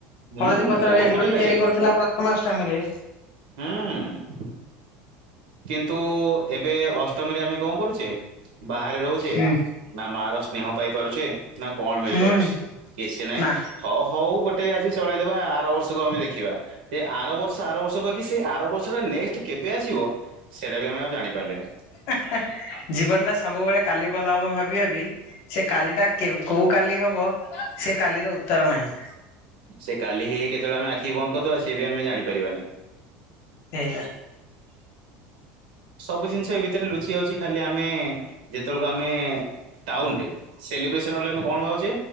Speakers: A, on the right (about 85°); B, on the left (about 60°).
A: ହୁଁ
B: ହଳଦୀ ପତ୍ରରେ
A: ବହୁତ
B: ଏଣ୍ଡୁରି
A: ବଢିଆ ଲାଗେ
B: ତିଆରି କରୁଥେଲା ପ୍ରଥମା ଅଷ୍ଟମୀରେ।
A: ହୁଁ। କିନ୍ତୁ ଏବେ ଅଷ୍ଟମୀରେ ଆମେ କଁ କରୁଚେ ବାହାରେ ରହୁ ଚେ
B: ହୁଁ
A: ନା ମାର ସ୍ନେହ ପାଇ ପାରୁଚେ ନା କଣ ମିଳି
B: ହୁଁ
A: ପାରୁଛି କିଛି ନାଇଁ।
B: ନା
A: ହଉ ହଉ ଗୋଟେ ଆଜି ଚଳେଇ ଦବା ଆର ବର୍ଷୁକୁ ଆମେ ଦେଖିବା। ଏ ଆର ବର୍ଷ ଆର ବର୍ଷ କହିକି ସେଇ ଆର ବର୍ଷଟା ନେକ୍ସଟ କେବେ ଆସିବ ସେଇଟା ବି ଆମେ ଆଉ ଜାଣିପାରଲେନି।
B: ହେଁ ହେଁ ଜୀବନଟା ସବୁବେଳେ କାଲି ଭଲ ହବ ଭାବି ଭାବି ସେ କାଲିଟା କେବ୍ କୋଉ କାଲି ହବ ସେ କାଲିର ଉତ୍ତର ନାହିଁ।
A: ସେ କାଲି ହେଇ ହେଇ କେତେବେଳେ ଆମେ ଆଖି ବନ୍ଦ କରିଦବା ସିଏ ବି ଆମେ ଜାଣିପାରିବାନି।
B: ହେଇଆ।
A: ସବୁ ଜିନିଷ ଏ ଭିତେରେ ଲୁଚି ଯାଉଚି ଖାଲି ଆମେ ଯେତେବେଳୁକୁ ଆମେ ଟାଉନରେ ସେଲିବ୍ରେସନ୍ ଭାବିଲେ ଆମେ କଣ ଭାବୁଚେ?